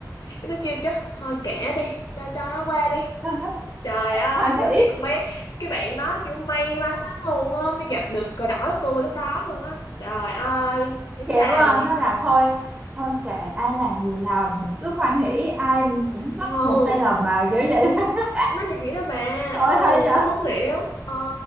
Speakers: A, on the left; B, on the right.
A: cái nó kêu chắc thôi kệ nó đi cho cho nó qua đi
B: <laughs>
A: trời ơi
B: hoan
A: tôi nói
B: hỷ
A: thiệt con bé cái bạn đó kiểu may mắn lắm luôn á mới gặp được cờ đỏ của tôi lúc đó luôn á trời ơi thấy
B: kiểu
A: sao
B: à,
A: vậy
B: nó là thôi thôi kệ ai làm gì làm mình cứ hoan hỉ ai cũng mắc
A: ừ
B: một sai lầm mà kiểu vậy <laughs>
A: nó vậy đó bà
B: thôi
A: ồ
B: hay vậy
A: tôi không hiểu ờ,